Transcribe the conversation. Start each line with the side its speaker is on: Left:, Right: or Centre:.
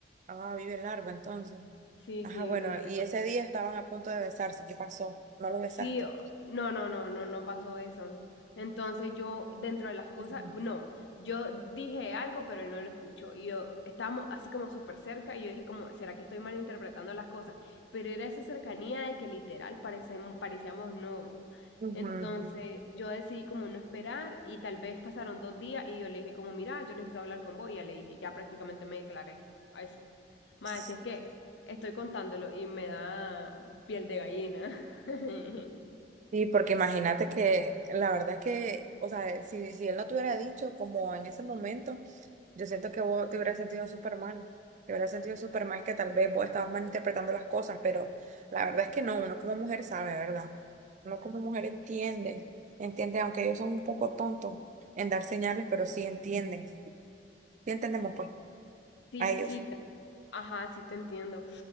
Right: Ah, vive largo entonces.
Left: Sí,
Right: Ajá,
Left: sí,
Right: bueno,
Left: lo
Right: y ese día estaban a punto de besarse. ¿Qué pasó? ¿No lo besaste?
Left: Sí, o- no, no, no, no, no pasó eso. Entonces yo, dentro de las cosas,
Right: Ujú,
Left: no, yo dije algo, pero él no lo escuchó. Y yo estábamos así como súper cerca y yo dije como, ¿será que estoy malinterpretando las cosas? Pero era esa cercanía de que literal parecemos, parecíamos novios.
Right: ujú,
Left: Entonces
Right: ujú.
Left: yo decidí como no esperar y tal vez pasaron dos días y yo le dije como, mira, yo necesito hablar con vos. Y ya le dije, ya prácticamente me declaré a eso. Más,
Right: Sí.
Left: si es que estoy contándolo y me da piel de gallina. <laughs>
Right: Sí, porque imagínate que la verdad es que, o sea, si, si él no te hubiera dicho como en ese momento, yo siento que vos te hubieras sentido súper mal. Te hubieras sentido súper mal que tal vez vos estabas malinterpretando las cosas, pero la verdad es que no, uno como mujer sabe, ¿verdad? Uno como mujer entiende, entiende, aunque ellos son un poco tontos en dar señales, pero sí entienden. Sí entendemos pues
Left: Sí,
Right: a ellos.
Left: sí, te- ajá, sí te entiendo.